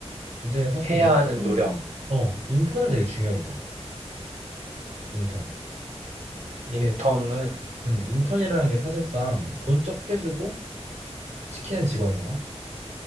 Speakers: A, on the right; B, on the right.
A: 이제 사실
B: 해야
A: 인턴,
B: 하는 노력,
A: 어, 인턴을 되게 중요하게 봐. 인턴. 이게
B: 인턴을,
A: 음, 인턴이라는 게 사실상 돈 적게 주고 시키는 직원이잖아.